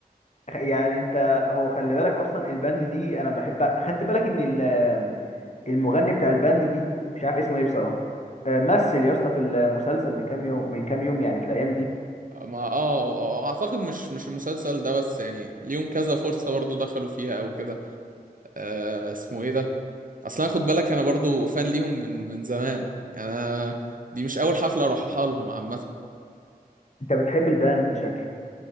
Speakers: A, on the left; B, on the right.
A: يعني انت هو خلي بالك اصلا الباند دي انا بحبها خدت بالك ان ال- المغني بتاع الباند دي مش عارف اسمه ايه بصراحه آه، مثل يا اسطى في المسلسل من كام يوم من كام يوم يعني في الايام دي
B: ما اه اعتقد مش مش المسلسل ده بس يعني ليهم كذا فرصه برضه دخلوا فيها او كده آه اسمه ايه ده اصلا خد بالك انا برضو فان ليهم من من زمان يعني انا دي مش اول حفله اروحها لهم عامه
A: انت بتحب الباند شكلك